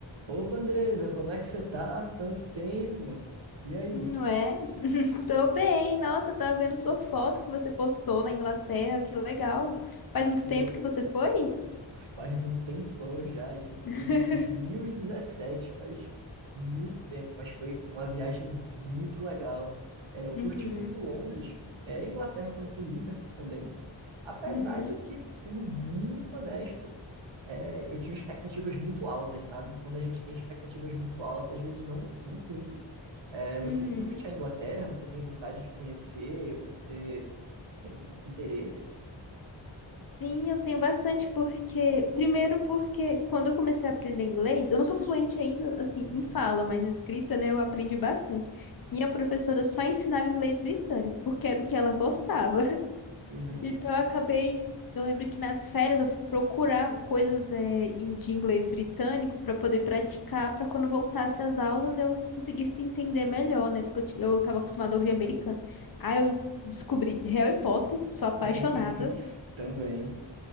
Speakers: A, on the right (about 75°); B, on the left (about 50°).
A: Opa, Andresa, como é que você tá? Tanto tempo. E aí?
B: Não é? Tô bem. Nossa, eu tava vendo sua foto que você postou na Inglaterra. Que legal. Faz muito
A: Pô,
B: tempo que você foi?
A: faz um tempão já, isso
B: <laughs>
A: foi em 2017, faz muito tempo, mas foi uma viagem muito legal. É, eu curti
B: Uhum,
A: muito Londres, é, a Inglaterra conheci Liverpool também, apesar
B: uhum,
A: de que, sendo muito honesto, é, eu tinha expectativas muito altas, sabe? Quando a gente tem expectativas muito altas, às vezes não, não cumpre. É, você
B: uhum.
A: curte a Inglaterra, você tem vontade de conhecer, você Tem vo- interesse?
B: Sim, eu tenho bastante porque, primeiro porque quando eu comecei a aprender inglês, eu não sou fluente ainda, assim,
A: Uhum,
B: em fala, mas escrita, né, eu aprendi bastante. Minha professora só ensinava inglês britânico, porque era o que ela gostava.
A: uhum.
B: Então eu acabei. Eu lembro que nas férias eu fui procurar coisas eh, em- de inglês britânico para poder praticar, para quando voltasse às aulas eu conseguisse entender melhor, né? Porque eu, ti- eu tava acostumada a ouvir americano. Aí eu descobri Harry Potter, sou apaixonada.
A: <laughs> Também,